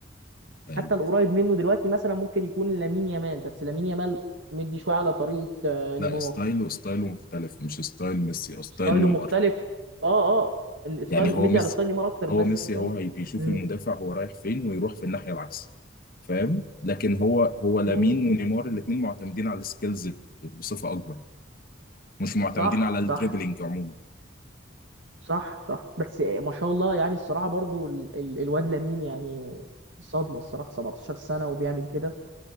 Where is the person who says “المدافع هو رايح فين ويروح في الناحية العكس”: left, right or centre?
Left